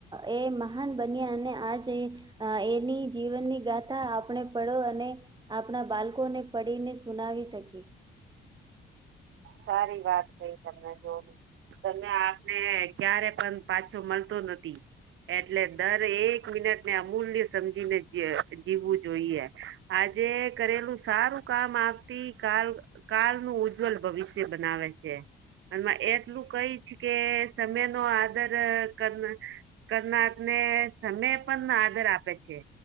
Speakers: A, on the right; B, on the right.
A: એ મહાન બન્યા અને આજ એની જીવનની ગાથા આપણે પડો અને આપણા બાળકોને પડીને સુનાવી શકી
B: સારી વાત કઈ તમને જોનું તમે આ ને ક્યારે પણ પાછો મળતો નથી એટલે દર એક મિનટને અમૂલ્ય સમજીને જીવવું જોઈએ આજે કરેલું સારું કામ આવતી કાલ કાળનું ઉજ્જવલ ભવિષ્ય બનાવે છે અને એટલું કઈ છે કે સમય નો આદર કર કરનાર ને સમય પણ આદર આપે છે